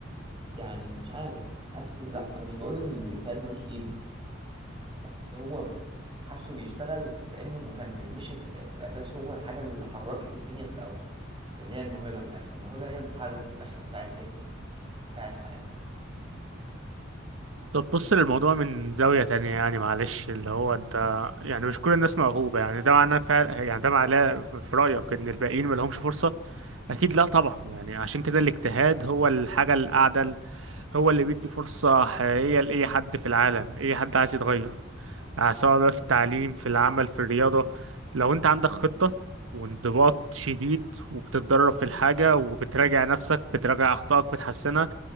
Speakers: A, on the right; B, on the right.
A: يعني مش عارف حاسس لا انا مش بقول ان الاجتهاد ملوش قيمه بس هو حاسه بيشتغل كانه مكمل مش الاساس الاساس هو الحاجه اللي حركت الدنيا في الاول اللي هي الموهبه من الاخر الموهبه هي المحرك من الاخر بتاع الايه بتاع الحياه
B: طب بص للموضوع من زاوية تانية يعني معلش اللي هو انت يعني مش كل الناس موهوبة يعني ده معناه فعلا يعني ده معناه في رأيك ان الباقيين ما لهمش فرصة اكيد لا طبعا يعني عشان كده الاجتهاد هو الحاجة الأعدل هو اللي بيدي فرصة حقيقية لأي حد في العالم أي حد عايز يتغير يعني سواء بقى في التعليم في العمل في الرياضة لو انت عندك خطة وانضباط شديد وبتتدرب في الحاجة وبتراجع نفسك بتراجع أخطائك بتحسنها